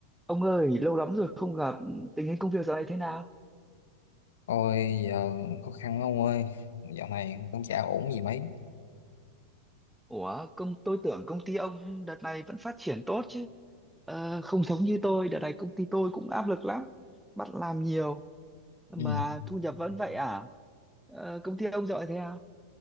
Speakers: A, in the centre; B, on the left.
A: Ông ơi, lâu lắm rồi không gặp, tình hình công việc dạo này thế nào?
B: Ôi giờ khó khăn lắm ông ơi Dạo này cũng chả ổn gì mấy
A: Ủa, công tôi tưởng công ty ông đợt này vẫn phát triển tốt chứ. Ờ, không giống như tôi, đợt này công ty tôi cũng áp lực lắm, bắt làm nhiều mà
B: ừ.
A: thu nhập vẫn vậy à? Ờ, công ty ông dạo này thế nào?